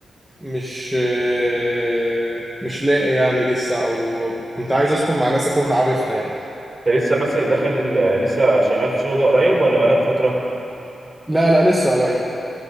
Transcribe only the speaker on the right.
انت لسه ماسك داخل ال- لسه شغال في شغل ده قريب ولا بقالك فترة